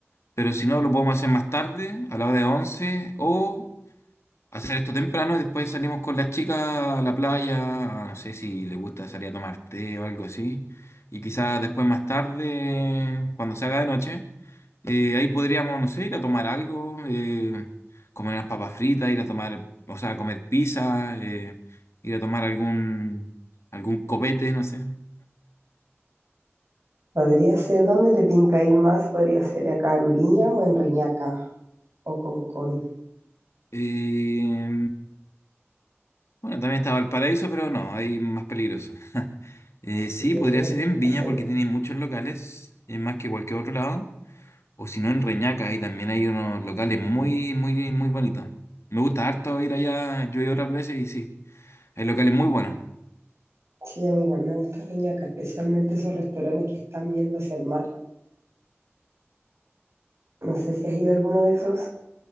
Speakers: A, on the left; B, on the right.
A: Pero si no, lo podemos hacer más tarde, a la hora de 11 o hacer esto temprano y después salimos con las chicas a la playa, a- no sé si les gusta salir a tomar té o algo así, y quizás después más tarde, cuando se haga de noche, eh, ahí podríamos, no sé, ir a tomar algo, eh, comer unas papas fritas, ir a tomar, o sea, comer pizza, eh, ir a tomar algún, algún copete, no sé.
B: Podría ser, ¿dónde te tinca ir más? Podría ser acá en Viña o en Reñaca o Concón.
A: Eh, Bueno, también está Valparaíso, pero no, hay más peligroso. <laughs> Eh, sí,
B: Si Prefiero
A: podría ser
B: por
A: en
B: acá
A: Viña
B: cerca.
A: porque tiene muchos locales, es más que cualquier otro lado. O si no, en Reñaca, ahí también hay unos locales muy, muy, muy bonitos. Me gusta harto ir allá, yo he ido otras veces y sí, hay locales muy buenos.
B: Sí, a mí igual me gusta Reñaca, especialmente esos restaurantes que están viendo hacia el mar. No sé si has ido a alguno de esos.